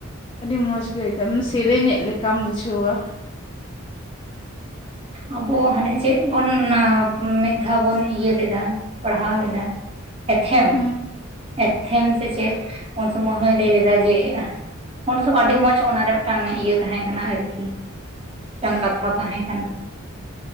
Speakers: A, on the left; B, on the right.
A: ᱟᱹᱰᱤ ᱢᱚᱡᱽ ᱜᱮ ᱟᱹᱭᱠᱟᱹᱜᱼᱟ ᱢᱟᱱᱮ ᱥᱮᱨᱮᱧᱮᱫ ᱞᱮᱠᱟᱢ ᱵᱩᱡᱷᱟᱹᱣᱟ
B: ᱟᱵᱚ ᱦᱟᱱᱮ ᱪᱮᱫ ᱵᱩᱱ ᱢᱤᱫ ᱫᱷᱟᱣ ᱵᱩᱱ ᱤᱭᱟᱹ ᱞᱮᱫᱟ ᱯᱟᱲᱦᱟᱣ ᱞᱮᱫᱟ ᱮᱛᱷᱮᱢ
A: ᱦᱩᱸ
B: ᱮᱛᱷᱮᱢ ᱥᱮ ᱪᱮᱫ ᱩᱱ ᱥᱚᱢᱚᱭ ᱦᱚᱭ ᱞᱟᱹᱭ ᱞᱮᱫᱟ ᱡᱮ ᱩᱱ ᱥᱚᱢᱟᱭ ᱟᱹᱰᱤ ᱢᱚᱸᱡᱽ ᱚᱱᱟᱨᱮ ᱢᱤᱫᱴᱟᱝ ᱤᱭᱟᱹ ᱛᱟᱦᱮᱸ ᱠᱟᱱᱟ ᱟᱨᱠᱤ ᱢᱤᱫᱴᱟᱝ ᱠᱟᱛᱷᱟ ᱛᱟᱦᱮᱸ ᱠᱟᱱᱟ